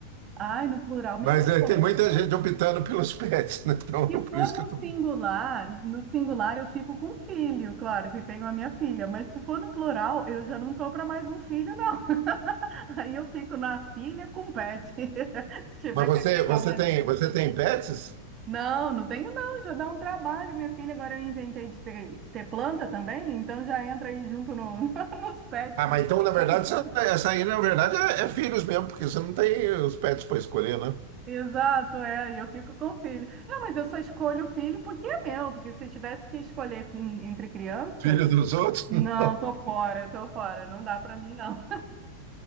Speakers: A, on the right; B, on the right.
A: Ai, no plural me
B: Mas
A: pegou.
B: é, tem muita gente optando pelos pets, né? Então, é
A: Se
B: por
A: for
B: isso
A: no
B: que eu tô.
A: singular, no singular eu fico com filho, claro que tenho a minha filha, mas se for no plural, eu já não tô para mais um filho, não. <laughs> Aí eu fico na filha com pet, <laughs> se tiver
B: Mas você,
A: que agregar
B: você
A: mais
B: tem,
A: um.
B: você tem pets?
A: Não, não tenho não, já dá um trabalho, minha filha. Agora eu inventei de ter, ter planta também, então já entra aí junto no, <laughs> nos pets,
B: Ah,
A: porque
B: mas
A: a gente
B: então,
A: tem
B: na
A: que
B: verdade,
A: estar cuidando.
B: você- essa aí, na verdade, é, é filhos mesmo, porque você não tem os pets para escolher, né?
A: Exato, é, e eu fico com o filho. Não, mas eu só escolho o filho porque é meu, porque se eu tivesse que escolher em- entre criança,
B: Filho dos outros?
A: não,
B: <laughs> Não.
A: tô fora, tô fora, não dá pra mim não.